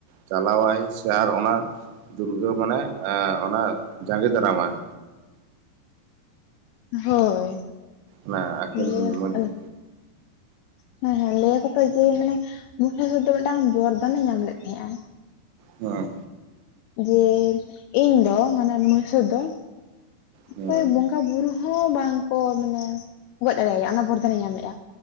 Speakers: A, on the right; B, on the left.
A: ᱪᱟᱞᱟᱣᱟᱭ ᱥᱮ ᱟᱨ ᱚᱱᱟ ᱫᱩᱨᱜᱟᱹ ᱢᱟᱱᱮ ᱚᱱᱟ ᱡᱟᱸᱜᱮ ᱫᱟᱨᱟᱢᱟᱭ
B: ᱦᱳᱭ
A: ᱚᱱᱟ ᱟᱹᱠᱤᱱ
B: ᱞᱟᱹᱭ <unintelligible>
A: ᱢᱚᱫᱽᱫᱷᱮ
B: ᱦᱮᱸ ᱦᱮᱸ ᱞᱟᱹᱭᱟᱠᱚ ᱛᱚ ᱡᱮ ᱢᱟᱱᱮ ᱢᱩᱦᱤᱥᱟ ᱫᱚ ᱢᱤᱫᱴᱟᱹᱝ ᱵᱚᱨᱫᱟᱱ ᱮ ᱧᱟᱢ ᱞᱮᱫ ᱛᱟᱦᱮᱸᱜᱼᱟ
A: ᱦᱮᱸᱻ
B: ᱡᱮ ᱤᱧ ᱫᱚ ᱢᱟᱱᱮ <unintelligible> ᱫᱚ ᱚᱠᱚᱭᱮ
A: ᱦᱮᱸ
B: ᱵᱚᱸᱜᱟᱼᱼ ᱵᱩᱨᱩ ᱦᱚᱸ ᱵᱟᱝ ᱠᱚ ᱢᱟᱱᱮ ᱜᱚᱡ ᱫᱟᱲᱮᱭᱟᱭᱟ ᱚᱱᱟ ᱵᱚᱨᱫᱷᱟᱱᱮ ᱧᱟᱢ ᱞᱮᱜᱼᱟ